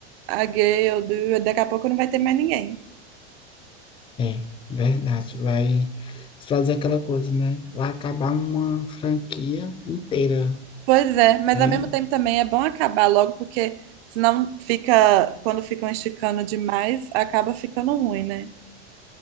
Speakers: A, on the right; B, on the left.
A: a Gale, Du- daqui a pouco não vai ter mais ninguém.
B: É, verdade. Vai fazer aquela coisa, né? Vai acabar uma franquia inteira,
A: Pois é, mas
B: né?
A: ao mesmo tempo também é bom acabar logo, porque senão fica, quando ficam esticando demais, acaba ficando ruim, né?